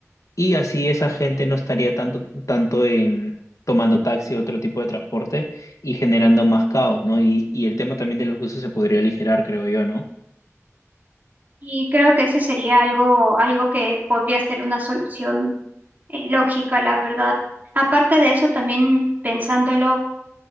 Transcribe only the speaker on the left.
y así esa gente no estaría tanto, tanto en tomando taxi o otro tipo de transporte y generando más caos, ¿no? Y, y el tema también de los buses se podría aligerar, creo yo, ¿no?